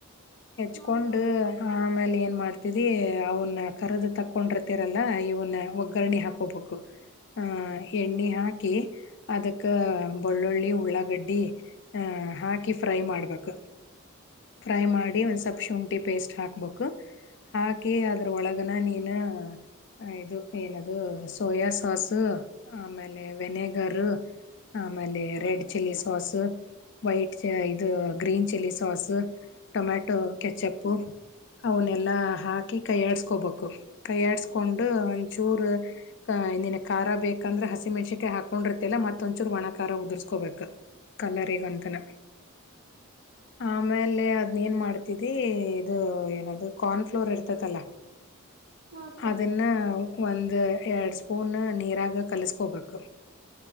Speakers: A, on the left; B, on the right.
A: ಹೆಚ್ಕೊಂಡು
B: ಹಾಕ್ಕ ಹಾಕ್ಕ
A: ಆಮೇಲೆ ಏನ್ ಮಾಡ್ತಿದಿ ಅವನ್ನ ಕರೆದ ತಕ್. ಕೊಂಡಿರ್ತಿರಲ್ಲ ಇವನ್ನ ಒಗ್ಗರಣೆ ಹಾಕೋಬೊಕು ಆಹ್ ಎಣ್ಣೆ ಹಾಕಿ ಅದಕ್ಕ ಬೊಳ್ಳುಳ್ಳಿ ಉಳ್ಳಾಗಡ್ಡಿ ಆ ಹಾಕಿ ಫ್ರೈ ಮಾಡ್ಬೇಕು. ಫ್ರೈ ಮಾಡಿ ಒಂದ್ ಸ್ವಲ್ಪ್ ಶುಂಠಿ. ಪೇಸ್ಟ್ ಹಾಕ್ ಬೋಕು ಹಾಕಿ ಅದ್ರ ಒಳಗನ ನೀನು. ಹ ಇದು ಏನದು ಸೋಯಾ ಸಾಸ್. ಆಮೇಲೆ ವೆನೇಗರು ಆಮೇಲೆ
B: ಹಾಕ್ಕ
A: ರೆಡ್ ಚಿಲ್ಲಿ ಸಾಸು. ವೈಟ್. ಛೆ ಇದು ಗ್ರೀನ್ ಚಿಲ್ಲಿ ಸಾಸ್. ಹೂ ಟೊಮ್ಯಾಟೊ ಕೆಚಪು ಅವನಿಲ್ಲ ಹಾಕಿ ಕೈ ಹಾಡಿಸ್ಕೊಬೋಕು. ಎಡ್ಸ್ಕೊಂಡು ಒಂಚೂರು. ಕಾ ನಿನ್ಗ್ ಖಾರ ಬೇಕ್. ಅಂದ್ರ ಹಸಿ ಮೆಣಸಕಾಯ್ ಹಾಕೊಂಡಿರ್ತಲ್ಲ ಮತ್ತ ಒಂಚೂರ ಒಣ ಖಾ ಖಾರ ಉದುರ್ಸ್ಕೋಬೇಕು. ಕಲರಿಗಂತನ. ಆಮೇಲೆ ಅದನ್ ಏನ್ ಮಾಡ್ತಿದ್ದಿ ಇದು ಏನದು ಕಾರ್ನ್ಫ್ಲೋರ್ ಇರ್ತತಲ್ಲ.
B: ಹಾಕ್ಕ ಹಾಕ್ಕ
A: ಅದನ್ನ. ಒಂದು ಎರಡು ಸ್ಪೂನ್ ನೀರಾಗ ಕಲಸ್ಕೋಬೇಕು.